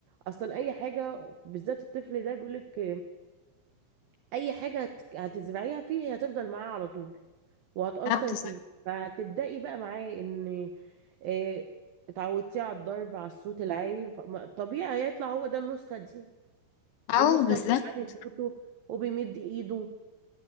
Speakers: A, on the right; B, on the left.
A: اصلا اي حاجه بالذات الطفل ده بيقولك اي حاجة هت- هتزرعيها فيه هي هتفضل معاه على طول وهتأثر
B: كتبت صح
A: فيه فهتبدأي بقى معاه ان آه، اتعودتيه على الضرب على الصوت العالي ف- ما- طبيعي هيطلع هو ده النسخة دي
B: اه
A: النسخة
B: بالظبط
A: اللي بيعلي صوته وبيمد ايده